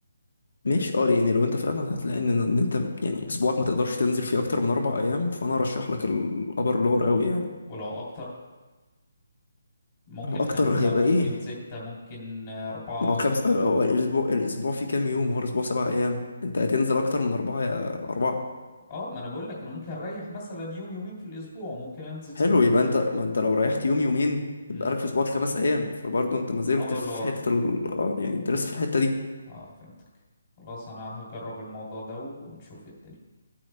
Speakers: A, on the left; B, on the left.
A: ماشي اه يعني لو انت فعلا هتلاقي ان ان انت يعني اسبوعك ما تقدرش تنزل فيه اكتر من اربع ايام فانا ارشح لك الابر لور قوي يعني
B: ولو اكتر ممكن
A: هو اكتر
B: خمسة
A: هيبقى
B: ممكن
A: ايه
B: ستة ممكن آه، أربعة
A: هو خمس اه، هو الاسبوع الاسبوع فيه كام يوم هو الاسبوع سبع ايام انت هتنزل اكتر من اربعه يا اربعه
B: اه ما انا بقول لك انا ممكن اريح مثلا يوم يومين في الاسبوع ممكن انزل ستة
A: حلو يبقى انت ما انت لو ريحت يوم يومين
B: امم
A: يبقى لك في اسبوعك خمس ايام فبرضه انت ما زلت
B: ابر
A: في
B: لور
A: حته ال اه يعني انت لسه في الحته دي
B: اه فهمتك خلاص انا هجرب الموضوع ده ونشوف الدنيا